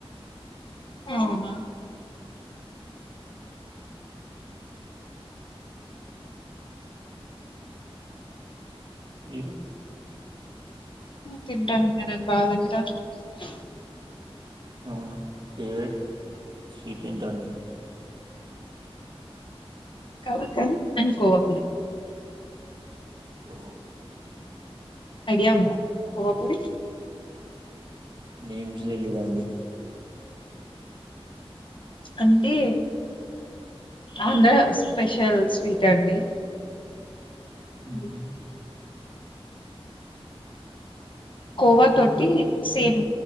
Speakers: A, on the left; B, on the right.
A: అవునా
B: మీరు
A: తింటాను ఏనును బదగరా <unintelligible>
B: అవును ఫేవరెట్ స్వీట్ ఏంట అండి
A: కళాకాంత్ అండ్ కోవా పూరి
B: ఓ
A: అఐడియా కోవపురి
B: నేమ్స్ తెలీదుండి
A: అంటే ఆంధ్ర స్పెషల్ స్వీట్ అండి
B: ఉహు
A: ఉమ్, కోవా తోటి సేమ్